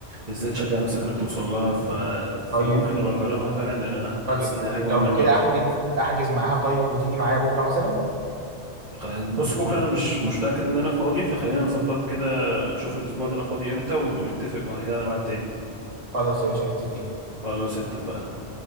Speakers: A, on the right; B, on the right.
A: ازاي تشجع نفسك انك توصل لها ف... فممكن
B: طيب
A: نبقى نجربها فعلا لان انا
B: طب
A: حاسس ان هي حاجه مهمه
B: لو
A: دلوقتي
B: كده احجز احجز معاها طيب وتيجي معايا بكره مثلا
A: خ- بص بكره انا مش مش متاكد ان انا فاضي فخلينا نظبط كده اشوف الاسبوع ده انا فاضي امتى ونتفق بعد كده على ميعاد تاني
B: خلاص يا باشا متفقين
A: خلاص اتفقنا